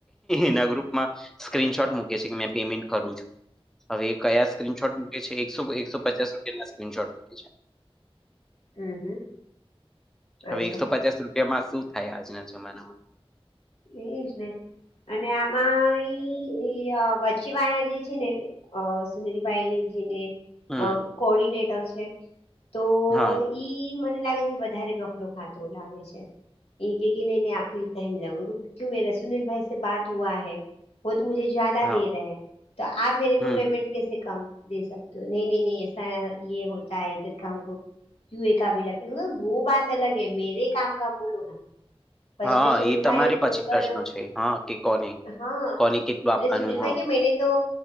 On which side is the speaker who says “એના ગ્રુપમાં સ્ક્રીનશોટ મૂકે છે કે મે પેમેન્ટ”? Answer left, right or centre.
Centre